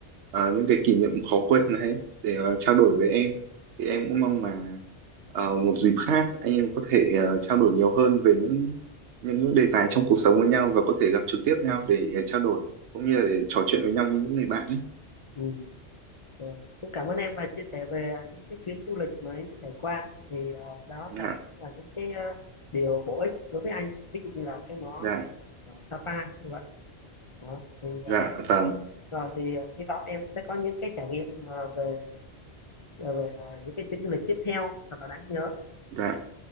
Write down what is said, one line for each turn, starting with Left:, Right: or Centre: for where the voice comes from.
Right: ờ, những cái kỷ niệm khó quên đấy để ờ, trao đổi với em. Thì em cũng mong là ờ, một dịp khác anh em có thể ờ, trao đổi nhiều hơn về những những đề tài trong cuộc sống với nhau và có thể gặp trực tiếp nhau để ờ, trao đổi cũng như là để trò chuyện với nhau như những người bạn ấy.
Left: ừ. Rồi. cũng cảm ơn em và chia sẻ về à, những cái chuyến du lịch mà em đã trải qua thì à, đó
Right: Dạ,
Left: là cũng là những cái à, điều bổ ích đối với anh ví dụ như là cái món
Right: dạ,
Left: à, ở Sapa như vậy đó thì
Right: dạ,
Left: à,
Right: vâng,
Left: rồi thì à, hy vọng em sẽ có những cái trải nghiệm mà về à, về à, những cái chuyến du lịch tiếp theo thật là đáng nhớ
Right: dạ,